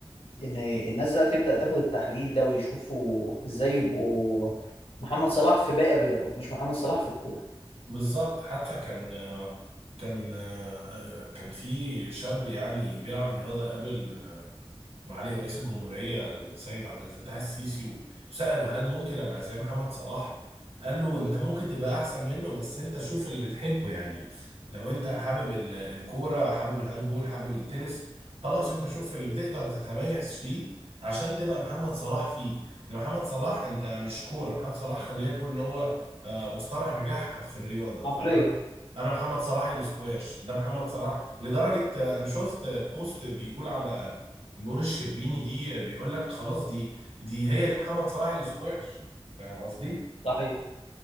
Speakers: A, on the left; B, on the right.
A: ان الناس بقى تبدا تاخد التحليل ده ويشوفوا ازاي يبقوا محمد صلاح في باقي الرياضات مش محمد صلاح في الكوره
B: بالظبط حتى كان آه، كان آه، آه، كان في شاب يعني بيلعب رياضه قبل معالي رئيس الجمهورية السيد عبد الفتاح السيسي وسأله هل ممكن أبقى زي محمد صلاح؟ قال له أنت ممكن تبقى أحسن منه بس أنت شوف اللي بتحبه يعني لو أنت حابب ال- الكورة حابب الهاندبول حابب التنس خلاص أنت شوف اللي تقدر تتميز فيه عشان تبقى محمد صلاح فيه لأن محمد صلاح أنت مش كورة محمد صلاح خلينا نقول إن هو آه، مصطلح نجاح في الرياضة
A: عقلية
B: فأنا أنا محمد صلاح الاسكواش ده محمد صلاح لدرجة آه، أنا شفت بوست بيقول على نور الشربيني دي بيقول لك خلاص دي دي هي دي محمد صلاح الاسكواش فاهم قصدي؟
A: صحيح